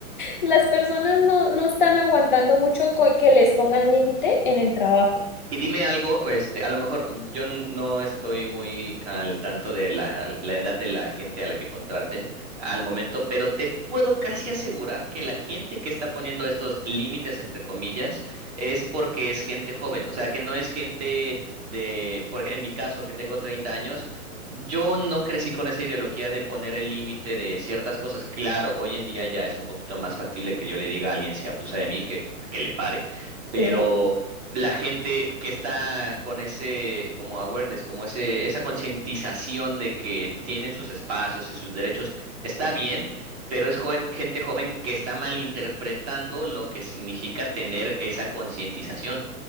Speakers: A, on the left (about 35°); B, on the right (about 45°).
A: las personas no, no están aguantando mucho co- que les pongan límite en el trabajo,
B: Y dime algo, este, a lo mejor mm, yo n- no estoy muy al tanto de la, la edad de la gente a la que contraten al momento, pero te puedo casi asegurar que la gente que está poniendo estos límites, entre comillas, es porque es gente joven, o sea, que no es gente de, por ej- en mi caso, que tengo 30 años. Yo no crecí con esa ideología de poner el límite de ciertas cosas. Claro, hoy en día ya es un poquito más factible que yo le diga a alguien si abusa de mí que, que le pare.
A: ¿sí?
B: Pero la gente que está con ese como awareness, como ese, esa concientización de que tienen sus espacios y sus derechos, está bien, pero es joven- gente joven que está malinterpretando lo que significa tener esa concientización.